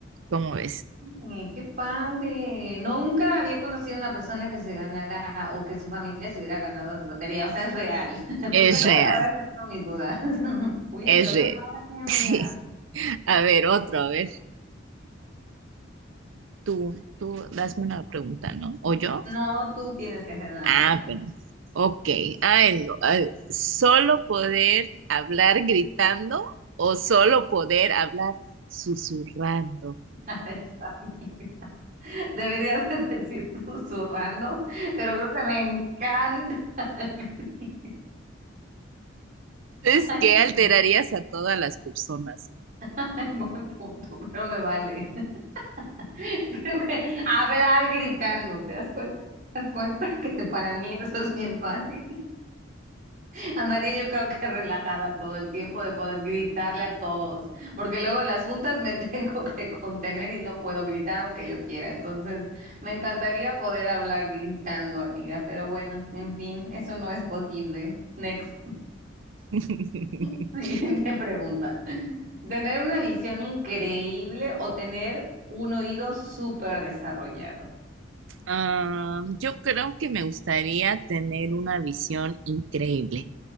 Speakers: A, on the right; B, on the right.
A: ¿Cómo ves?
B: Oye, qué padre. No, Nunca había conocido una persona que se ganara o que su familia se hubiera ganado la lotería. O sea, es real. <laughs>
A: Es
B: Porque luego
A: real,
B: la verdad es que tengo mis dudas. <laughs> Oye,
A: es
B: pero qué
A: real.
B: padre,
A: <laughs>
B: amiga.
A: Sí. A ver, otro, a ver. Tú, tú, hazme una pregunta, ¿no? ¿O yo?
B: No, tú tienes que hacerme una
A: Ah,
B: pregunta.
A: bueno, ok. Ah, no, ay, ¿solo poder hablar gritando o solo poder hablar susurrando?
B: <laughs> Deberías de decir susurrando, pero creo que me encanta. <laughs>
A: Es
B: Ay,
A: que alterarías
B: no.
A: a todas las personas.
B: <laughs> Buen punto, pero me vale. <laughs> Creo que hablar gritando, ¿te das cuenta? ¿Te das cuenta que para mí eso es bien fácil? <laughs> Andaría yo creo que relajada todo el tiempo de poder gritarle a todos, porque luego en las juntas me <laughs> tengo que contener y no puedo gritar aunque yo quiera. Entonces, me encantaría poder hablar gritando, amiga, pero bueno, en fin, eso no es posible. Next.
A: <laughs>
B: <laughs> Siguiente pregunta. ¿Tener una visión increíble o tener un oído súper desarrollado?
A: Ah, yo creo que me gustaría tener una visión increíble.